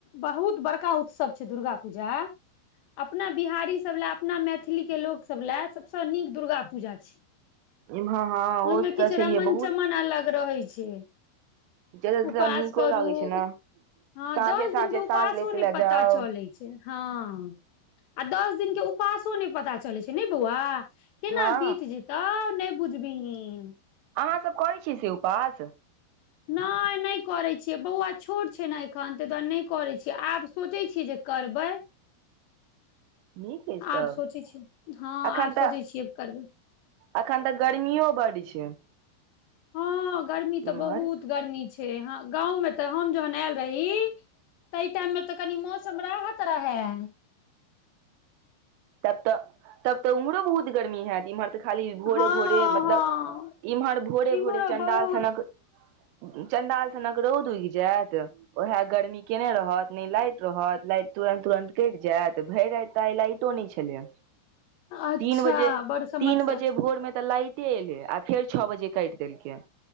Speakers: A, on the left (about 70°); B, on the right (about 80°).
A: बहुत बड़का उत्सव छै दुर्गा पूजा अपना बिहारी सब लए अपना मैथिली के लोक सब लए सबसऽ नीक दुर्गा पूजा छै
B: इम्हर हँ
A: ओहिमे
B: ओ तऽ
A: किछ
B: छैहे
A: रमन
B: बहुत
A: चमन अलग रहै छै
B: ज्यादा
A: उपास
B: नीको
A: करू
B: लागै छै ने
A: हाँ
B: साँझे
A: दस
B: साँझे साँझ
A: उपासो
B: लेस
A: नहि
B: लए
A: पता
B: जाउ
A: चलै छै हाँ आ दस दिन उ पासो नहि पता चलै छै ने बौआ केना
B: हँ
A: बीत जेतौ नहि बुझबीहिन
B: अहाँ सब करै छियै से उपास
A: नहि नहि करै छियै बौआ छोट छै ने एखन ताहि दुआरे नहि करैत छियै आब सोचै छियै जे करबै
B: नीक अछि तब
A: आब सोचै छी हाँ
B: एखन
A: आब
B: तऽ
A: सोचै छियै करबै
B: अखन तऽ गर्मियो बड्ड छै
A: हाँ गर्मी तऽ
B: इम्हर
A: बहुत गर्मी छै हाँ गाँंवमें तऽ हम जहन आयल रही ताहि टाइममे तऽ कनि मौस- समराहत रहाए
B: तब तऽ तब तऽ उम्हरो बहुत गर्मी हाएत इम्हर तऽ खाली भोरे
A: हँ
B: भोरे मतलब
A: हँ
B: इम्हर भोरे
A: इम्हरो
B: भोरे चंडाल
A: बहुत
B: सनक चंडालसनक रौद उगि जायत ओएह गर्मी केने रहत ने लाइट रहत लाइट तुरंत तुरंत कटि जायत भरि राति आइ त लाइट नहि छलै या
A: अच्छा
B: तीन बजे
A: बड़ समस्या
B: तीन बजे भोरमे तऽ लाइट लाइटे एले या आ फेर छओ बजे काटि देलकै